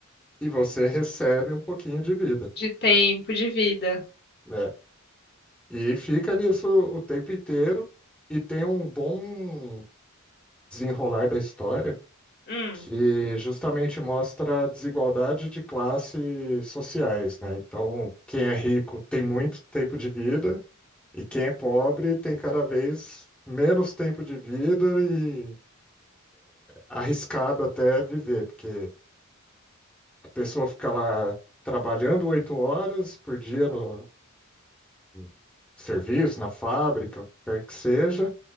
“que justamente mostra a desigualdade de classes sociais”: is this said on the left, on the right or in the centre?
Centre